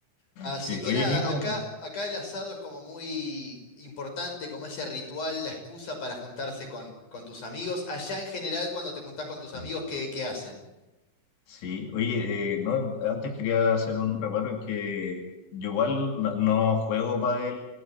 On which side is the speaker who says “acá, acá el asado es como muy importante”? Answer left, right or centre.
Left